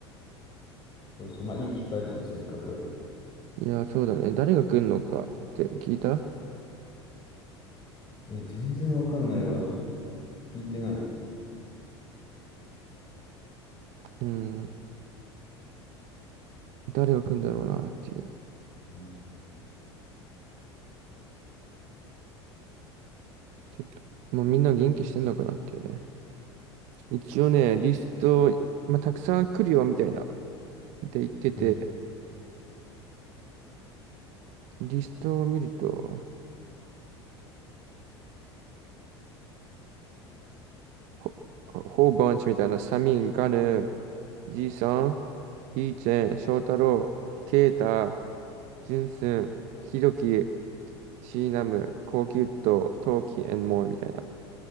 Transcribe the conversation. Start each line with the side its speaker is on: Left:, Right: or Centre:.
Left: そうそう、まあいい機会じゃん、せっかく。
Right: いや、そうだね。誰が来んのかって聞いた
Left: いや、全然わかんないわ。聞いてない。う
Right: うん。誰が来んだろうなっていう。
Left: ん
Right: ちょっと、もうみんな元気してんのかなっていうね。一応ね、リスト、まあ、たくさん来るよみたいな。で言ってて、
Left: うん
Right: リストを見ると、ほ、ホーバンチみたいな、サミン、ガヌ、ジーさん、イーチェン、ショウタロウ、ケイタ、ジュンスン、ヒドキ、シーナム、コウキュット、トウキ、and more みたいな。